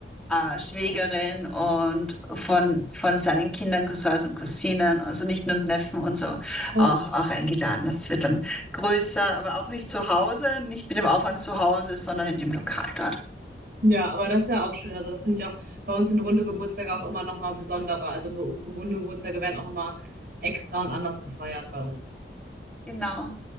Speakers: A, in the centre; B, on the right (about 55°).
A: äh, Schwägerin und von, von seinen Kindern, Cousins und Cousinen, also Nichten und Neffen und so,
B: Ja.
A: auch, auch eingeladen. Das wird dann größer, aber auch nicht zu Hause, nicht mit dem Aufwand zu Hause, sondern in dem Lokal dort.
B: Ja, aber das ist ja auch schön. Also das finde ich auch bei uns sind runde Geburtstage auch immer nochmal besonderer. Also be- runde Geburtstage werden auch nochmal extra und anders gefeiert bei uns.
A: Genau.